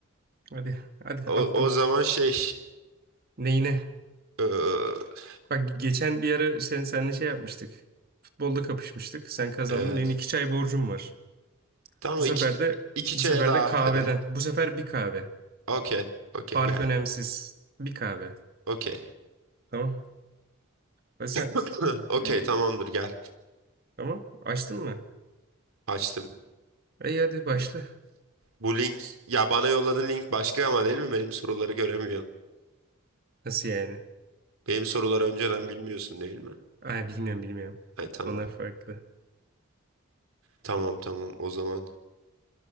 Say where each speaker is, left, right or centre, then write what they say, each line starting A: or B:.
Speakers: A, on the right; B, on the right.
A: Hadi hadi
B: O,
A: attım.
B: o zaman şey
A: Neyine?
B: Ee,
A: Bak geçen bir ara sen seninle şey yapmıştık. Futbolda kapışmıştık. Sen kazandın.
B: evet.
A: Benim iki çay borcum var.
B: Tamam
A: Bu sefer
B: iki,
A: de
B: iki
A: bu
B: çaya
A: sefer
B: daha
A: de kahveden.
B: hadi.
A: Bu sefer bir kahve.
B: Okey. Okey
A: Fark
B: gel.
A: önemsiz. Bir kahve.
B: Okey.
A: Tamam. Ha, sen
B: <laughs> Okey
A: e,
B: tamamdır gel.
A: tamam açtın mı?
B: Açtım.
A: İyi hadi başla.
B: Bu link ya bana yolladığın link başka ama değil mi? Benim soruları göremiyorsun.
A: Nasıl yani?
B: Benim soruları önceden bilmiyorsun değil mi?
A: Ay bilmiyorum bilmiyorum.
B: Hay tamam.
A: Onlar farklı.
B: Tamam tamam o zaman.